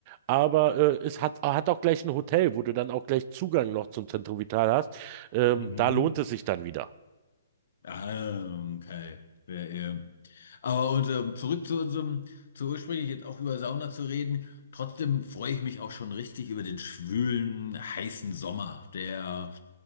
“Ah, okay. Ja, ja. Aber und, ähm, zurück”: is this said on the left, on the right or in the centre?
Left